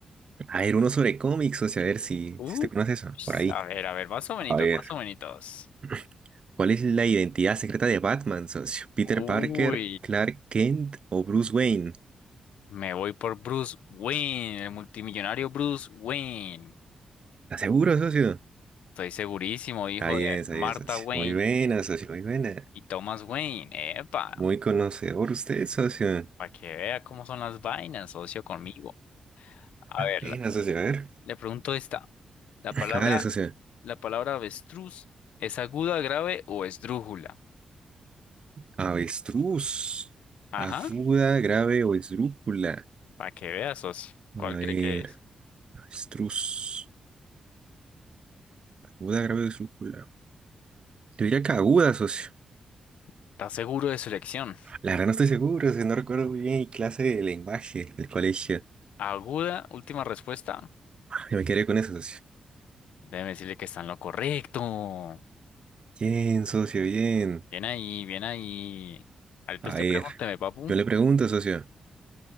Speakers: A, on the right; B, on the left.
A: A ver, uno sobre cómics, socio, a ver si,
B: Uh,
A: si usted conoce eso. Por ahí.
B: a ver, a ver, más o menos,
A: A ver.
B: más o menos.
A: <clears throat> ¿Cuál es la identidad secreta de Batman, socio? ¿Peter
B: Uy,
A: Parker, Clark Kent o Bruce Wayne?
B: me voy por Bruce Wayne, el multimillonario Bruce Wayne.
A: ¿Estás seguro, socio?
B: Estoy segurísimo, hijo
A: Está bien,
B: de
A: está
B: Martha
A: bien, socio.
B: Wayne
A: Muy buena, socio, muy buena.
B: y Thomas Wayne. Epa,
A: Muy conocedor usted, socio.
B: para que vea cómo son las vainas, socio conmigo. A ver,
A: Buena,
B: la-
A: socio, a ver.
B: le pregunto esta. La palabra,
A: Dale, socio.
B: la palabra avestruz, ¿es aguda, grave o esdrújula?
A: Avestruz.
B: Ajá,
A: Aguda, grave o esdrújula.
B: para que veas, socio. ¿Cuál
A: A ver,
B: cree que es?
A: avestruz. Aguda, grave o esdrújula. Yo diría que aguda, socio.
B: ¿Estás seguro de su elección?
A: La verdad no estoy seguro, socio. No recuerdo muy bien mi clase de lenguaje del colegio.
B: Aguda, última respuesta.
A: Yo me quedé con eso, socio.
B: Déjeme decirle que está en lo correcto.
A: Bien, socio, bien.
B: Bien ahí, bien ahí. Ahorita
A: A
B: usted
A: ver,
B: pregúnteme, papu.
A: yo le pregunto, socio.